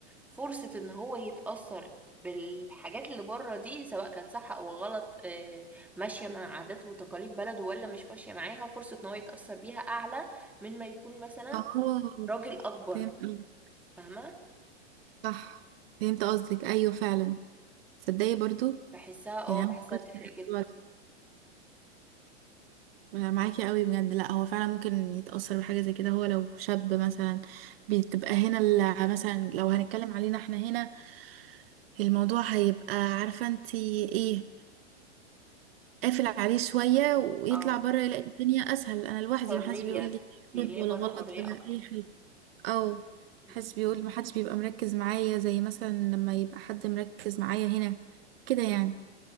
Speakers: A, in the centre; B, on the right (about 55°).
A: فرصة إن هو يتأثر بالحاجات اللي بره دي سواء كانت صح أو غلط آه، ماشية مع عادات وتقاليد بلده ولا مش ماشية معاها فرصة إن هو يتأثر بيها أعلى من ما يكون مثلا
B: اه
A: راجل أكبر
B: فهمت قصدك.
A: فاهمة
B: صح فهمت قصدك ايوه فعلا تصدقي برضو
A: بحسها اه
B: يعني أنا
A: بحسها
B: فكرت
A: بتفرق
B: في الموضوع أنا معاكي قوي بجد لا هو فعلا ممكن يتأثر بحاجة زي كده هو لو شاب مثلا بتبقى هنا ال- مثلا لو هنتكلم علينا احنا هنا الموضوع هيبقى عارفة انتي ايه قافل عليه شوية ويطلع
A: جدا
B: بره يلاقي الدنيا أسهل أنا لوحدي
A: حرية
B: محدش بيقول لي
A: بيلاقي
B: حلو
A: بره
B: ولا غلط
A: حرية
B: ولا
A: أكتر
B: أي حاجة أو
A: م-
B: محدش بيقول محدش بيبقى مركز معايا زي مثلا لما يبقى حد مركز معايا هنا كده يعني
A: م- م.